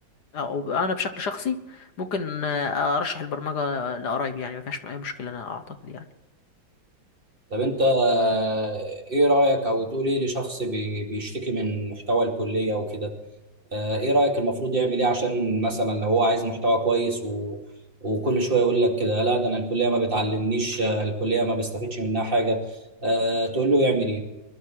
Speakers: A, on the left (about 60°); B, on the right (about 25°).
A: أو أنا بشكل شخصي ممكن آه، أرشح البرمجة لقرايبي يعني ما فيهاش أي مشكلة أنا أعتقد يعني
B: طب انت آه، ايه رأيك او تقول ايه لشخص بي- بيشتكي من محتوى الكلية وكده آه، ايه رأيك المفروض يعمل ايه عشان مثلا لو هو عايز محتوى كويس و... وكل شوية يقول لك كده لا ده انا الكلية ما بتعلمنيش آه، الكلية ما بستفدش منها حاجة آه، تقول له يعمل ايه